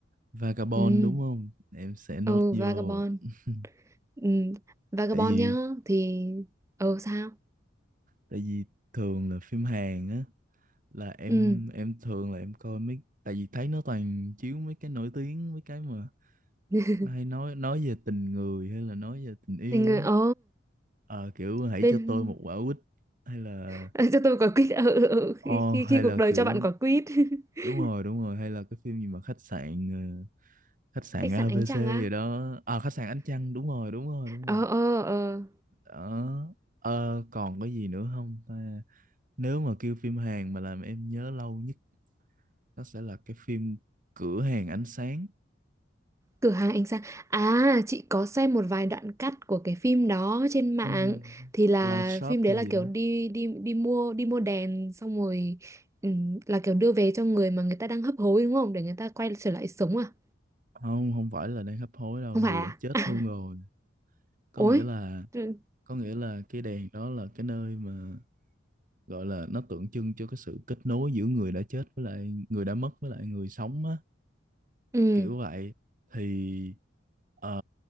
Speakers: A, on the right (about 45°); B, on the right (about 15°).
A: Vagabond
B: ừ
A: đúng không em sẽ nốt
B: ờ
A: vô
B: Vagabond
A: <laughs>
B: ừ Vagabond
A: tại vì
B: nhá thì ờ sao
A: tại vì thường là phim Hàn á là em
B: ừ
A: em thường là em coi mấy tại vì thấy nó toàn chiếu mấy cái nổi tiếng mấy cái mà
B: <laughs>
A: nó hay nói nói về tình người hay là nói về tình yêu
B: thì người
A: á
B: ờ
A: Ờ, kiểu hãy
B: bên
A: cho tôi một quả quýt hay là
B: <laughs> cho tôi quả quýt ờ, ờ, ờ, khi,
A: o
B: khi khi
A: hay
B: cuộc
A: là
B: đời
A: kiểu
B: cho bạn quả quýt <laughs>
A: đúng rồi đúng rồi hay là cái phim gì mà khách sạn ờ, khách sạn
B: khách
A: ABC
B: sạn ánh trăng á
A: gì đó à khách sạn Ánh Trăng đúng rồi đúng rồi đúng rồi
B: ờ ờ ờ
A: đó Ờ, còn có gì nữa không ta nếu mà kêu phim Hàn mà làm em nhớ lâu nhất nó sẽ là cái phim Cửa hàng ánh sáng
B: Cửa hàng ánh sáng. À, chị có xem một vài đoạn cắt của cái phim đó trên mạng
A: Ừm,
B: thì là
A: Light Shop
B: phim đấy
A: hay
B: là
A: gì
B: kiểu
A: đó
B: đi đi đi mua đi mua đèn xong rồi ừm, là kiểu đưa về cho người mà người ta đang hấp hối đúng không? Để người ta quay trở lại sống à?
A: không không phải là đang hấp hối đâu
B: Không
A: người
B: phải
A: đã
B: à?
A: chết
B: <laughs> À,
A: luôn rồi có
B: ối.
A: nghĩa là
B: Ừ,
A: có nghĩa là cái đèn đó là cái nơi mà gọi là nó tượng trưng cho cái sự kết nối giữa người đã chết với lại người đã mất với lại người sống á
B: ừ,
A: kiểu vậy thì ờ,